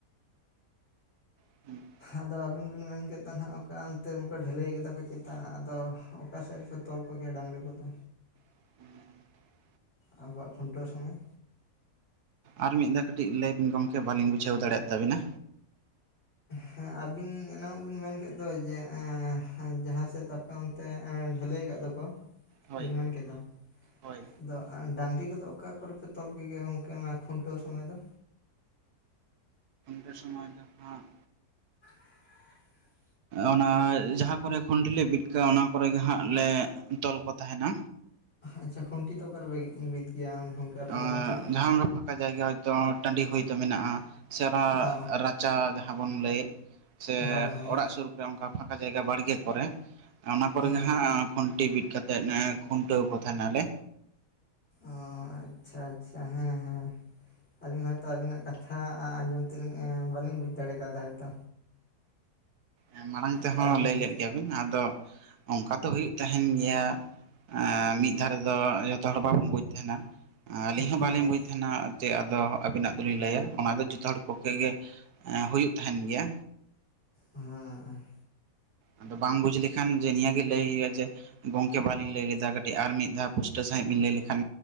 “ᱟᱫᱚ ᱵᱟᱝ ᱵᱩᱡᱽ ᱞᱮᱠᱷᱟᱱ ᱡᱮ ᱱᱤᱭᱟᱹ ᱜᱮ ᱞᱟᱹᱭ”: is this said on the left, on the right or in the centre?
Right